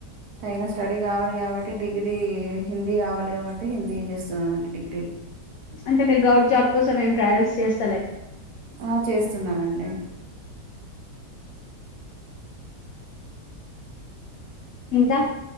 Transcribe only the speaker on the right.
తగిన స్టడీ కావాలి కాబట్టి డిగ్రీ హిందీ కావాలి కాబట్టి హిందీ చేస్తున్నానండి డిగీ
ఆ చేస్తున్నానండి